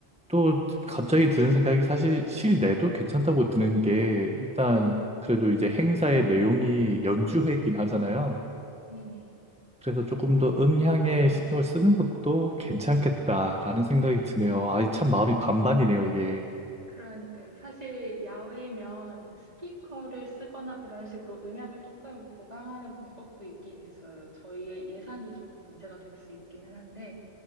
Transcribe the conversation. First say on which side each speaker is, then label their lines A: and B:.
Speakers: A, in the centre; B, on the right.
A: 또 갑자기 드는 생각이 사실 실내도 괜찮다고 드는 게 일단 그래도 이제 행사의 내용이 연주회긴 하잖아요.
B: 네네.
A: 그래서 조금 더 음향에 신경을 쓰는 것도 괜찮겠다라는 생각이 드네요. 아이 참 마음이 반반이네요, 이게.
B: 그러니까요. 사실 야외면 스피커를 쓰거나 그런 식으로 음향을 조금 보강하는 방법도 있긴 있어요. 저희의 예산이 조금 문제가 될 수 있기는 한데,